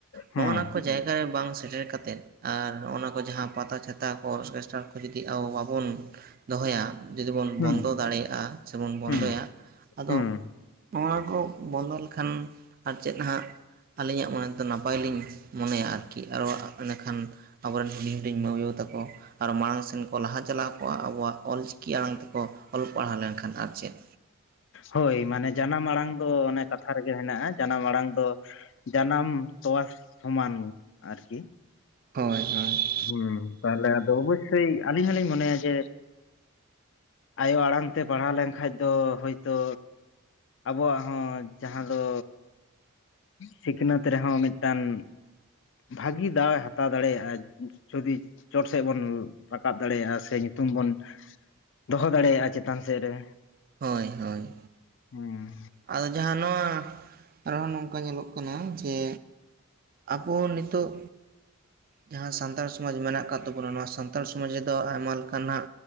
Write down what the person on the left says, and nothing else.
ᱦᱮᱸ
ᱦᱮᱸ
ᱦᱮᱸ
ᱦᱩᱸ
ᱦᱳᱭ ᱢᱟᱱᱮ ᱡᱟᱱᱟᱢ ᱟᱲᱟᱝ ᱫᱚ ᱚᱱᱮ ᱠᱟᱛᱷᱟ ᱨᱮᱜᱮ ᱢᱮᱱᱟᱜᱼᱟ ᱾ ᱡᱟᱱᱟᱢ ᱟᱲᱟᱝ ᱫᱚ ᱡᱟᱱᱟᱢ ᱛᱚᱣᱟ ᱥᱚᱢᱟᱱ ᱟᱨᱠᱤ,
ᱦᱮᱸ ᱛᱟᱦᱚᱞᱮ ᱟᱫᱚ ᱚᱵᱚᱥᱥᱳᱭ ᱟᱹᱞᱤᱧ ᱦᱚᱞᱤᱧ ᱢᱚᱱᱮᱭᱟ ᱡᱮ ᱟᱭᱳ ᱟᱲᱟᱝᱛᱮ ᱯᱟᱲᱦᱟᱣ ᱞᱮᱱᱠᱟᱱᱡ ᱫᱚ ᱦᱳᱭᱛᱳ, ᱟᱵᱚᱣᱟᱜ ᱦᱚᱸ ᱡᱟᱦᱟᱸ ᱫᱚ, ᱥᱤᱠᱷᱱᱟᱹᱛ ᱨᱮᱦᱚᱸ ᱢᱤᱫᱴᱟᱝ ᱵᱷᱟᱜᱤ ᱫᱟᱣᱮ ᱦᱟᱛᱟᱣ ᱫᱟᱲᱮᱭᱟᱜᱼᱟ᱾ ᱡᱩᱫᱤ ᱪᱚᱴ ᱥᱮᱫ ᱵᱚᱱ ᱨᱟᱠᱟᱵ ᱫᱟᱲᱮᱭᱟᱜᱼᱟ ᱥᱮ, ᱧᱩᱛᱩᱢ ᱵᱚᱱ ᱫᱚᱦᱚ ᱫᱟᱲᱮᱭᱟᱜᱼᱟ ᱪᱮᱛᱟᱱ ᱥᱮᱫ ᱨᱮ,
ᱦᱩᱸ